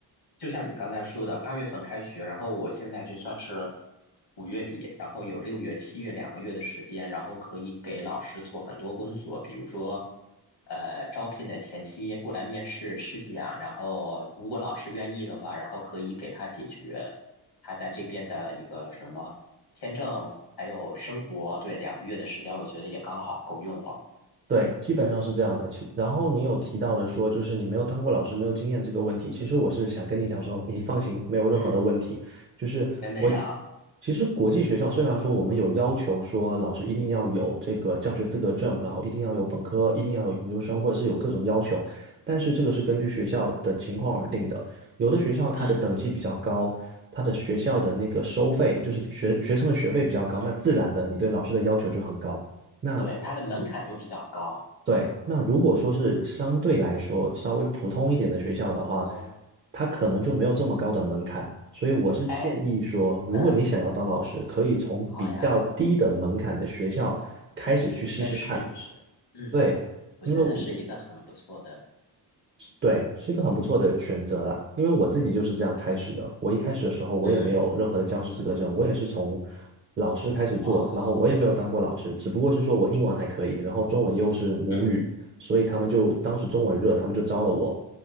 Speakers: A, on the left; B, on the right.
A: 就像你刚才说的，八月份开学，然后我现在就算是五月底，然后有六月、七月两个月的时间，然后可以给老师做很多工作，比如说，呃，招聘的前期过来面试试讲，然后如果老师愿意的话，然后可以给他解决他在这边的一个什么签证，还有生活，对，两个月的时间，我觉得也刚好够用了。
B: 对，基本上是这样的。其然后你有提到的说，就是你没有当过老师，没有经验这个问题。其实我是想跟你讲说，你放心，没有任何的问题。
A: 嗯，
B: 就是我，
A: 真的呀。
B: 其实国际学校虽然说我们有要求说老师一定要有这个教学资格证，然后一定要有本科，一定要有研究生，或者是有各种要求，但是这个是根据学校的情况而定的。有的学校它的等级比较高，
A: 嗯，
B: 它的学校的那个收费，就是学学生的学费比较高，
A: 其实
B: 那自然的你对老师的要求就很高。那
A: 对，它的门槛就比较高。
B: 对，那如果说是相对来说稍微普通一点的学校的话，
A: 对，普通，
B: 它可能就没有这么高的门槛，所以我是建议说，
A: 哎，
B: 如果你想要当老师，
A: 嗯，
B: 可以从比较低的门槛的学校开始去试试看。
A: 好呀，先试一试。嗯，
B: 对，
A: 我觉得是一个很不错的。
B: 因为我对，是一个很不错的选择啦。因为我自己就是这样开始的。我一开始的时候，我也没有任何的教师资格证，
A: 嗯，
B: 我也是从老师开始做，
A: 哦，
B: 然后我也没有当过老师，只不过是说我英文还可以，然后中文又是母语，
A: 嗯，
B: 所以他们就当时中文热，他们就招了我，